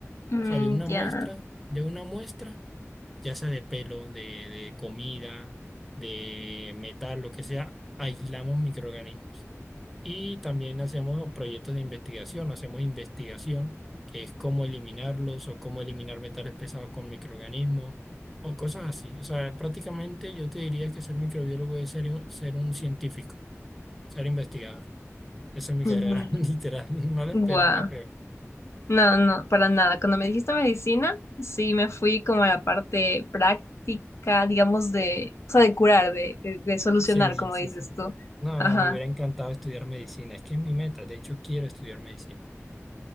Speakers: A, on the left; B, in the centre.
A: Mm,
B: sea, de una
A: ya.
B: muestra, de una muestra, ya sea de pelo, de, de comida, de metal, lo que sea, aislamos microorganismos. Y también hacemos proyectos de investigación, hacemos investigación, que es cómo eliminarlos o cómo eliminar metales pesados con microorganismos o cosas así. O sea, prácticamente yo te diría que ser microbiólogo es ser un, ser un científico, ser investigador. Esa es mi
A: Mm,
B: carrera, <laughs> literal, no la
A: Guau.
B: esperaba, creo.
A: No, no, para nada. Cuando me dijiste medicina, sí me fui como a la parte práctica, digamos, de, o sea, de curar, de, de, de solucionar,
B: Sí,
A: como
B: sí,
A: dices
B: sí.
A: tú.
B: No,
A: Ajá.
B: me hubiera encantado estudiar medicina. Es que es mi meta. De hecho, quiero estudiar medicina.